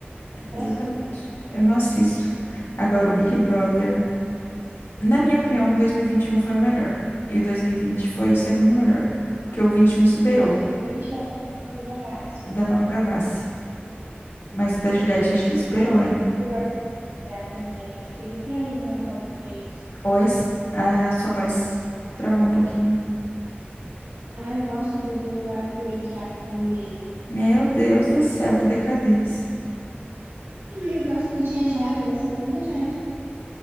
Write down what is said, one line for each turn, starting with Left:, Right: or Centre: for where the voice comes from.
Right: É pra
Left: Exatamente.
Right: sub.
Left: Eu não assisto. Agora o Big Brother Na minha opinião, o 2021 foi o melhor. E o 2020 foi o segundo melhor. Porque o 21 superou
Right: Em 2020 ela não do Gavassi.
Left: o da Manu Gavassi. Mas o da Juliette acho que
Right: Eu
Left: superou
Right: gosto
Left: ainda.
Right: do Arthur Aguiar também. Acho que ele tá ali no meu top 3.
Left: Ois, a sua voz travou um pouquinho.
Right: Ah, eu gosto do, do Arthur Aguiar também.
Left: Meu Deus do céu, que decadência.
Right: Ah, eu gosto porque tinha Jade. Eu gostava tanto da Jade.